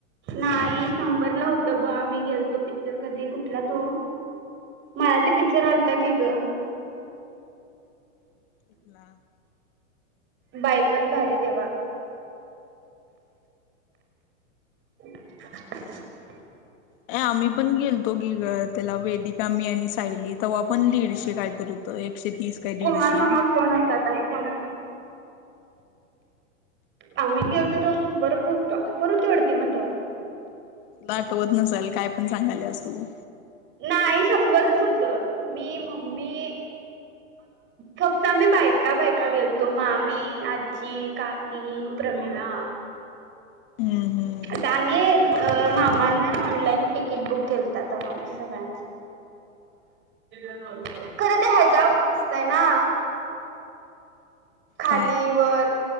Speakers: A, on the right; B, on the left.
A: नाही शंभरला होत ब आम्ही गेलतो पिक्चर कधी कुठला तो? मराठी पिच्चर आलता की गं.
B: कुठला?
A: बाईपण भारी देवा <inaudible>
B: ये आम्ही पण गेलतो की गं त्याला वेदिका मी आणि सायली तवा पण दीडशे काय तर हुतं एकशे तीस काय दीडशे
A: कुमार मामा फोन असतात फोन अस आम्ही गेलतो तवा शंभर रुपये होतं परर होती वाडत मग तवा.
B: तुला आठवत नसेल काय पण सांगाल्यास तू.
A: नाही शंभरच होतं मी, मम्मी फक्त आम्ही बायका बायका गेलतो मामी, आज्जी, का की, प्रमिला.
B: हम् हम्.
A: दामी मामानं ऑनलाईन तिकीट बुक केलंता तवा आमचं सगळ्यांचं. खरं ते ह्याच्यावर असतंय ना. खाली
B: काय
A: वर